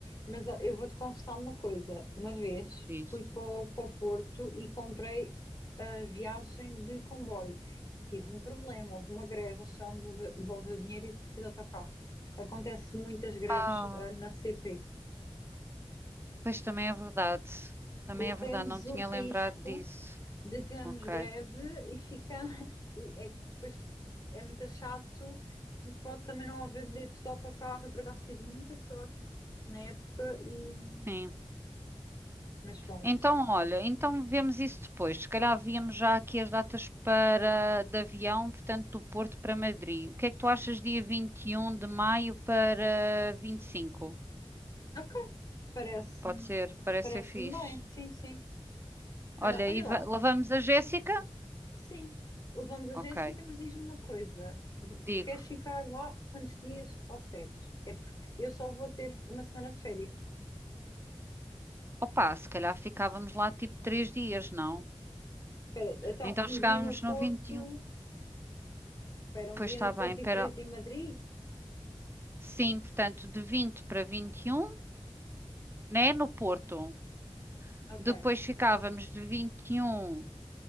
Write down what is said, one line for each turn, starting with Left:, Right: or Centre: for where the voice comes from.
Left: Mas ó, eu vou-te confessar uma coisa. Uma vez
Right: Diz.
Left: fui para o, para o Porto e comprei a viagem de comboio. Tive um problema, houve uma greve, eles só me devolve- devolveu o dinheiro e eu tive que ir de autocarro. Acontece muitas greves
Right: Ah,
Left: ah, na CP.
Right: pois também é verdade. Também
Left: Corremos
Right: é verdade, não tinha
Left: o risco
Right: lembrado disso.
Left: de termos
Right: Ok,
Left: greve e fica. <laughs> E é que depois é muito chato, porque pode também não haver bilhetes de autocarro. Eu por acaso tive muita sorte na época e.
Right: sim.
Left: Mas pronto.
Right: Então, olha, então vemos isso depois. Se calhar víamos já aqui as datas para de avião, portanto, do Porto para Madrid. O que é que tu achas dia 21 de maio para vinte e cinco
Left: Ok, parece-me,
Right: Pode ser, parece
Left: parece-me
Right: ser fixe.
Left: bem, sim, sim.
Right: Olha,
Left: Ah, olha
Right: e
Left: lá,
Right: va- levamos a Jéssica?
Left: sim, levamos a
Right: Ok,
Left: Jéssica, mas diz-me uma coisa, v-
Right: digo.
Left: queres ficar lá quantos dias ao certo? É porque eu só vou ter uma semana de férias.
Right: Opa, se calhar ficávamos lá tipo três dias, não?
Left: Espera, então,
Right: Então
Left: um
Right: chegámos
Left: dia no Porto,
Right: no 21.
Left: espera, um
Right: Pois
Left: dia
Right: está
Left: no Porto
Right: bem, pera.
Left: e três em Madrid?
Right: Sim, portanto, de 20 para 21, né, no Porto.
Left: Ok.
Right: Depois ficávamos de 21